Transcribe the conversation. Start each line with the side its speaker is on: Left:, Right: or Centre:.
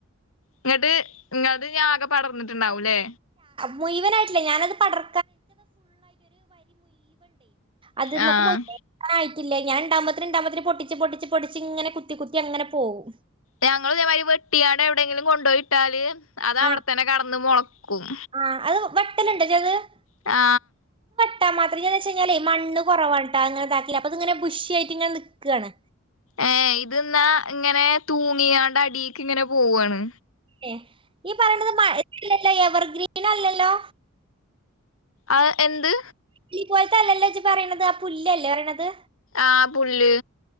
Left: ഇങ്ങട്ട് ഇങ്ങൾടെത് ഇനി ആകെ പടർന്നിട്ട് ണ്ടാവൂലേ
Right: മുഴവനായിട്ടില്ല ഞാനത് പടർ അത് മ്മക്ക്
Left: ആഹ്
Right: പോ <unintelligible> ഇല്ല ഞാൻ ഇണ്ടാകുംമ്പത്തിനും ഇണ്ടാകുംമ്പത്തിനും പൊട്ടിച്ച് പൊട്ടിച്ച് പൊടിച്ച് ഇങ്ങനെ കുത്തി കുത്തി അങ്ങനെ പോവും
Left: ഞങ്ങള് ഇതേമാതിരി വെട്ടിയാട് എവിടെയെങ്കിലും കൊണ്ടുപോയിട്ടാല് അത് അവിടെത്തന്നെ
Right: ആ
Left: കെടന്ന് മൊളക്കും
Right: ആ <unintelligible>
Left: ആ
Right: ട്ടാ മാത്രം <unintelligible> വെച്ച് കഴിഞ്ഞാലേ മണ്ണ് കുറവാണട്ട അങ്ങനെ അതാകില അപ്പ ഇത് ഇങ്ങനെ ബുഷി ആയിട്ട് ഇങ്ങനെ നിക്കണ്
Left: ഏ ഇതിന്നാ ഇങ്ങനെ തൂണ ങ്ങിയൊണ്ട് അടിക്ക് ഇങ്ങനെ പോവുവാണ്
Right: എ ഈ പറയണത് മയ <unintelligible> എവർഗ്രീൻ പിന്നല്ലല്ലോ
Left: ആ എന്ത്
Right: ഈ പോലത്തെല്ലല്ലോ ഇജ്ജ് പറയണത് ആ പുല്ലല്ലേ പറയണത്
Left: ആ പുല്ല്